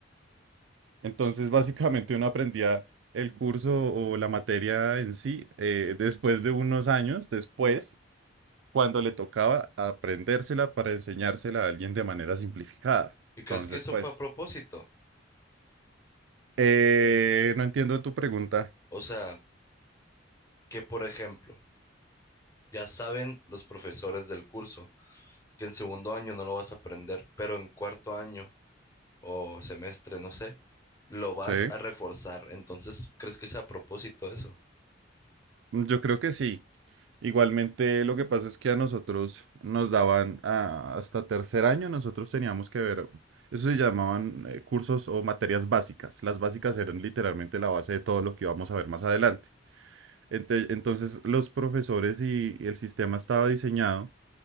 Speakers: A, on the right (about 75°); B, on the left (about 15°).
A: Entonces
B: sí.
A: básicamente uno aprendía el curso o la materia en sí eh, después de unos años, después, cuando le tocaba aprendérsela para enseñársela a alguien de manera simplificada.
B: ¿Y
A: Entonces,
B: crees que eso
A: pues,
B: fue a propósito?
A: eh, no entiendo tu pregunta,
B: O sea, que por ejemplo, ya saben los profesores del curso que en segundo año no lo vas a aprender, pero en cuarto año o semestre, no sé, lo vas
A: ¿sí?
B: a reforzar. Entonces, ¿crees que sea a propósito eso?
A: Mm, Yo creo que sí. Igualmente, lo que pasa es que a nosotros nos daban ah, hasta tercer año, nosotros teníamos que ver, eso se llamaban eh, cursos o materias básicas. Las básicas eran literalmente la base de todo lo que íbamos a ver más adelante. Ente- Entonces, los profesores y el sistema estaba diseñado